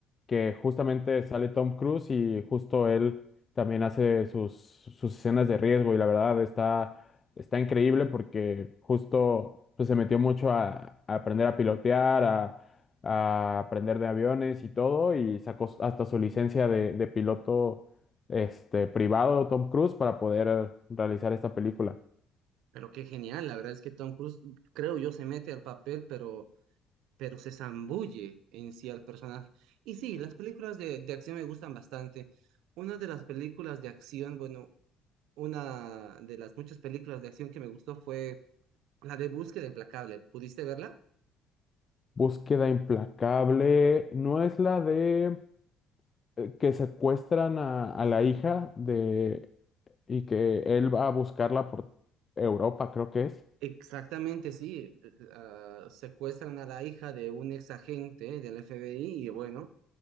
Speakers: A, on the left; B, on the right.
A: que justamente sale Tom Cruise y justo él también hace sus, sus escenas de riesgo y la verdad está, está increíble porque justo pues, se metió mucho a, a aprender a pilotear, a a aprender de aviones y todo, y sacó hasta su licencia de, de piloto este, privado de Tom Cruise para poder realizar esta película.
B: Pero qué genial, la verdad es que Tom Cruise, creo yo, se mete al papel, pero, pero se zambulle en sí al personaje. Y sí, las películas de, de acción me gustan bastante. Una de las películas de acción, bueno, Una de las muchas películas de acción que me gustó fue la de Búsqueda Implacable. ¿Pudiste verla?
A: Búsqueda implacable, no es la de eh, que secuestran a, a la hija de y que él va a buscarla por Europa, creo que es.
B: Exactamente, sí. eh, ah, secuestran a la hija de un ex agente del FBI y bueno,